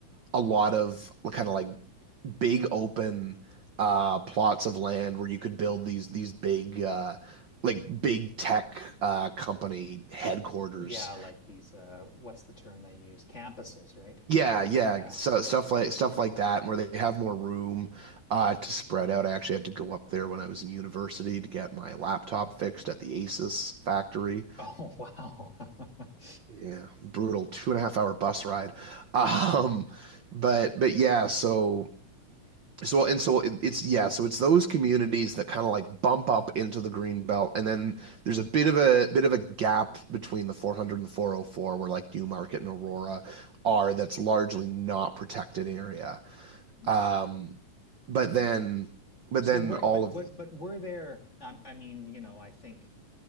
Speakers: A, on the right; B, on the left.
A: a lot of kind of like big open uh, plots of land where you could build these these big uh, like big tech uh, company headquarters.
B: Yeah, like these uh what's the term they use? Campuses, right?
A: Yeah, yeah.
B: Yeah.
A: So stuff like stuff like that, where they have more room uh, to spread out. I actually had to go up there when I was in university to get my laptop fixed at the Asus factory.
B: Oh, <laughs> wow. <laughs>
A: Yeah, brutal two and a half hour bus ride. <laughs> Um,
B: Oh my.
A: but but yeah, so so and so it, it's yeah so it's those communities that kind of like bump up into the green belt and then there's a bit of a bit of a gap between the 400 and the 404 where like newmarket and aurora are that's largely not protected area
B: Interesting.
A: um but then but
B: So
A: then
B: where
A: all
B: but
A: of
B: what
A: the other
B: but were there um, I mean, you know, I think